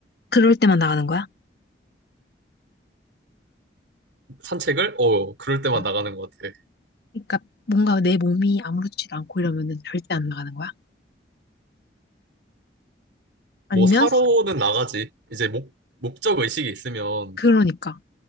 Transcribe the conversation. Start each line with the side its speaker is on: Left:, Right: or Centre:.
Left: 그럴 때만 나가는 거야?
Right: 산책을? 어, 그럴 때만
Left: 응.
Right: 나가는 것 같아.
Left: 그러니까 뭔가 내 몸이 아무렇지도 않고 이러면은 절대 안 나가는 거야? 아니면
Right: 뭐 사러는 나가지. 이제 목, 목적 의식이 있으면,
Left: 그러니까